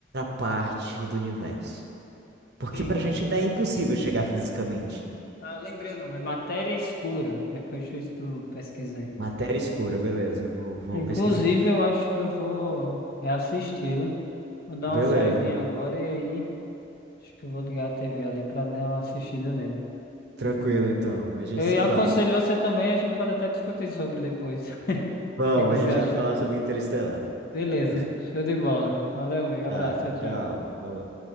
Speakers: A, on the right (about 55°); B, on the left (about 50°).
A: parte do universo? Porque
B: Sim,
A: pra gente
B: revisar.
A: ainda é impossível chegar fisicamente.
B: Ah, lembrei o nome. É Matéria Escura. Depois tu tu pesquisei.
A: Matéria escura, beleza, vou, vou
B: Inclusive,
A: pesquisar.
B: eu acho que eu vou reassisti-lo. Vou dar
A: Beleza,
B: uma saidinha agora e aí acho que eu vou ligar a TV ali pra dar uma assistida nele.
A: tranquilo então, a gente
B: Eu
A: se fala.
B: aconselho você também, a gente pode até discutir sobre depois. <laughs>
A: Bom,
B: O que é que
A: a
B: você
A: gente
B: achou?
A: vai falar sobre Interestelar.
B: Beleza,
A: <laughs>
B: show de bola. Valeu, amigo. Abraço,
A: Tá,
B: tchau,
A: tchau,
B: tchau.
A: falou.